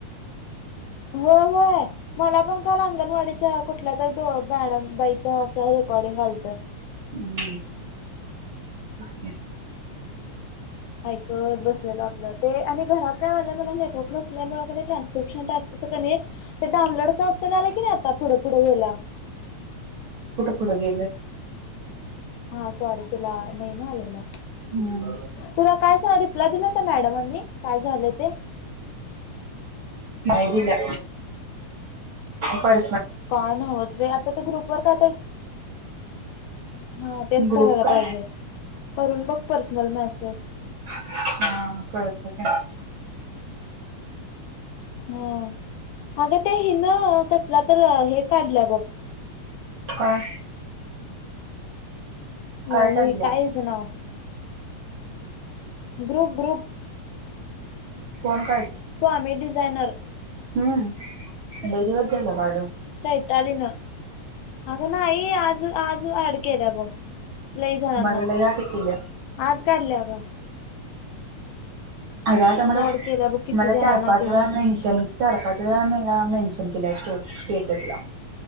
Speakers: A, on the left; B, on the right.
A: हो होय मला पण काल अंगणवाडीच्या कुठल्या तर दो मॅड बाईच सर रेकॉर्डिंग आलत?
B: हम् के.
A: ऐकत बसलेल आपलं ते आणि घरात काय वलेबला नेटवर्क नसल्यामुळे क ट्रान्सपिमिशन टास्क? डाउनलोड ऑप्शन आला की नाही आता पुढे पुढे गेला
B: पुढं गेले,
A: हा सॉरी तुला नाही ना आलेलं
B: हम्म
A: तुला काय सांग रिप्लाय दिला होता मॅडमांनी? काय झालं ते
B: नाही दिल्या पर
A: काण नव्हे होत रे आता ते ग्रुपवर काता <unintelligible> हा तेच
B: ग्रुप
A: करायला
B: का
A: पाहिजे करून बघ पर्सनल मेसेज
B: हा कळत किती
A: हा अगं त्या हिन कसला तर हे काढलं बघ
B: काय? काय
A: अ
B: काढल्या
A: हे कायच नाव? Group group.
B: कोण
A: स्वामी ही डिझायनर
B: हम् ै <unintelligible> रीव झाल काडू
A: चैतालीन अगं नाही आज आज अड केल्या ग लई जणांना
B: मला लय याद केल्या
A: आज काढल्या ग
B: अग आता मला,
A: ऍड केल्या बघ किती
B: मला
A: जणांना
B: चार पाच
A: तिने
B: वेळा मेनशन चार पाच वेळा मेला मेन्शन केल्या, स्टेटस ला